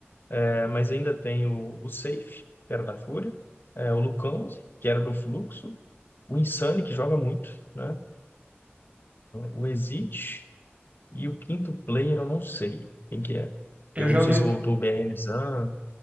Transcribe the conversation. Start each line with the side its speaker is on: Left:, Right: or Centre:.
Left: É, mas ainda tem o, o Safe, que era da Fúria, é, o Lucão, que era do Fluxo, o Insane, que joga muito, né? O Exit e o quinto player, eu não sei quem que é.
Right: Eu
Left: Eu
Right: já
Left: não
Right: ouvi,
Left: sei se voltou o BR Nizam,